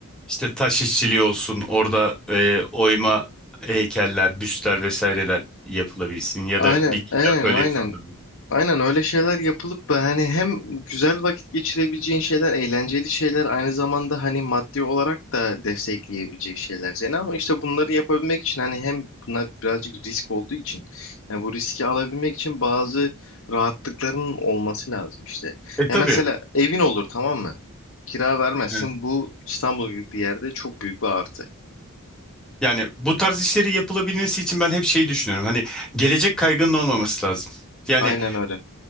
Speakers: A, in the centre; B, on the left.
A: İşte taş işçiliği olsun, orada e, oyma heykeller, büstler vesaireler yapılabilsin ya
B: Aynen,
A: da bir
B: aynen,
A: atölyesi
B: aynen.
A: olabilir.
B: Aynen öyle şeyler yapılıp da hani hem güzel vakit geçirebileceğin şeyler, eğlenceli şeyler aynı zamanda hani maddi olarak da destekleyebilecek şeyler seni ama işte bunları yapabilmek için hani hem buna birazcık risk olduğu için yani bu riski alabilmek için bazı rahatlıkların olması lazım işte.
A: E tabii.
B: Ya mesela evin olur tamam mı? Kira vermezsin.
A: Evet.
B: Bu İstanbul gibi bir yerde çok büyük bir artı.
A: Yani bu tarz işleri yapılabilmesi için ben hep şeyi düşünüyorum. Hani gelecek kaygının olmaması lazım. Yani
B: Aynen öyle.